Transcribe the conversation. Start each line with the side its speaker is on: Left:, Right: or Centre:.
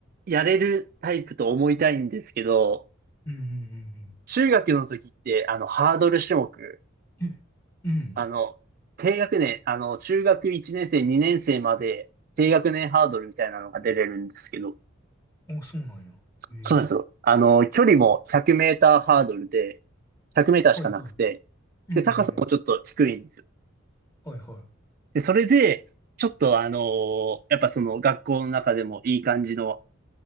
Right: う、やれるタイプと思いたいんですけど、
Left: うんうん
Right: 中学の時って、あの、ハードル種目、
Left: うんうん。
Right: あの、
Left: <laughs>
Right: 低学年、あの、中学1年生、2年生まで低学年ハードルみたいなのが出れるんですけど、
Left: うんお、そうなんや。え
Right: そうなんですよ。あの、距離も100メーターハードルで、100メーターしかなくて、
Left: はいはい。うん。
Right: で、
Left: うんうん。
Right: 高さもちょっと低いんですよ。
Left: はいは
Right: で、それで、ちょっとあのーやっぱその学校の中でもいい感じの